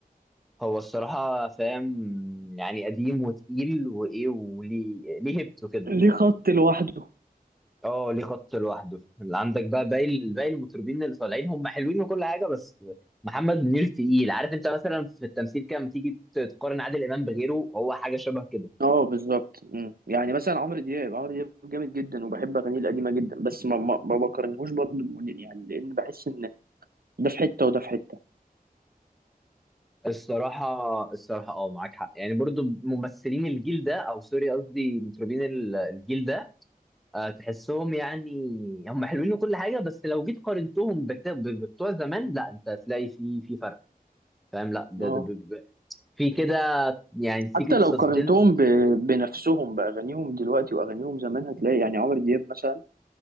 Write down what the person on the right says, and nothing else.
ليه خط لوحده
اه بالظبط مم. يعني مثلا عمرو دياب عمرو دياب جامد جدا وبحب اغانيه القديمه جدا بس ما ما ما بقارنهوش برضه بمنير يعني لان بحس ان ده في حته وده في حته
اه
حتى لو
قارنتهم ب... بنفسهم باغانيهم دلوقتي واغانيهم زمان هتلاقي يعني عمرو دياب مثلا